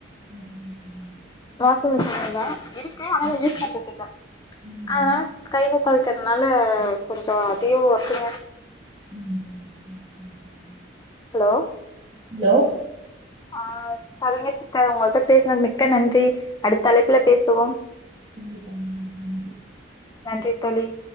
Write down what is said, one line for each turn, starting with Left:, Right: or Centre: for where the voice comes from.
Right: ம் ம் ம்
Left: வாஷிங் மிஷின் இல்ல இரு க்கு ஆனாலு யூஸ் பண்றது இல்ல
Right: ம்.
Left: அதனால கைல தொவைக்கிறனால கொஞ்சோ அதியு ஒக்ர்குங்க
Right: ம்
Left: ஹலோ
Right: ஹலோ
Left: ஆ சரிங்க சிஸ்டர் உங்கள்ட்ட பேசுனதுக்கு மிக்க நன்றி அடுத்த அழைப்புல பேசுவோ
Right: கண்டிப்பா நன்றி நன்றி
Left: நன்றி தோழி